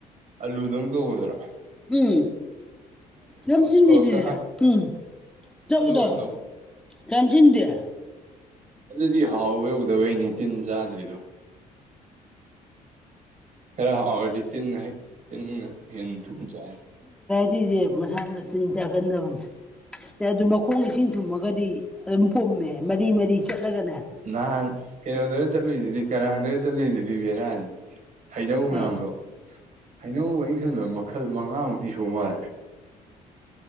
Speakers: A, on the right; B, in the centre.
A: ꯑꯂꯨꯗꯧ ꯇꯧꯒꯗꯣꯏꯔꯣ
B: ꯎꯝ ꯌꯥꯝꯁꯤꯟꯉꯁꯤꯅꯦ
A: ꯀꯀꯥ
B: ꯎꯝ ꯆꯎꯗ
A: ꯑꯗꯨ ꯑꯣꯏꯔꯝꯗꯧ
B: ꯀꯝꯁꯤꯤꯟꯗꯌꯥ
A: ꯑꯗꯨꯗꯤ ꯍꯥꯎꯕ ꯍꯧꯗꯕꯩꯅꯦ ꯇꯤꯟ ꯆꯥꯗ꯭ꯔꯤꯗꯣ ꯈꯔ ꯍꯥꯎꯔꯗꯤ ꯇꯤꯟꯅ ꯇꯤꯟꯅ ꯍꯦꯟꯅ ꯊꯨ ꯆꯥꯏ
B: ꯇꯁꯦ ꯃꯁꯥꯅ ꯇꯤꯟ ꯆꯥꯒꯟꯗꯕꯅꯦ ꯑꯗꯨ ꯃꯈꯣꯡ ꯏꯁꯤꯡ ꯊꯨꯝꯃꯒꯗꯤ ꯑꯗꯨꯝ ꯄꯨꯝꯃꯦ ꯃꯔꯤ ꯃꯔꯤ ꯆꯠꯂꯒꯅꯦ
A: ꯅꯍꯥꯟ ꯀꯩꯅꯣꯗꯒ ꯆꯠꯂꯨꯏꯗꯨꯗꯤ ꯀꯔꯥꯡꯗ ꯆꯠꯂꯨꯏꯗꯨꯗꯤ ꯕꯦꯔꯥꯅꯤ ꯍꯩꯅꯧ ꯃꯌꯥꯝꯗꯣ
B: ꯑꯦ
A: ꯍꯩꯅꯧ ꯑꯩꯅ ꯈꯟꯕ ꯃꯈꯜ ꯃꯉꯥꯃꯨꯛꯇꯤ ꯁꯨ ꯃꯥꯜꯂꯦ